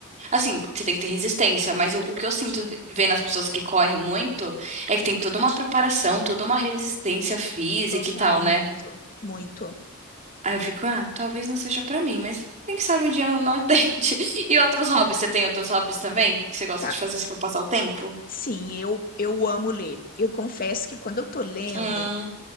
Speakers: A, on the right; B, on the left.
A: Assim, você tem que ter resistência, mas eu- o que eu sinto de- vendo as pessoas que correm muito é que tem toda uma preparação, toda uma resistência física
B: Total,
A: e tal, né?
B: muito, muito.
A: Aí eu fico, ah, talvez não seja pra mim, mas quem sabe um dia eu não tente. <laughs> E outros hobbies? Você tem outros hobbies também? Que você gosta
B: Ca-
A: de fazer só pra passar o tempo?
B: Sim, eu eu amo ler. Eu confesso que quando eu tô lendo,
A: Hum,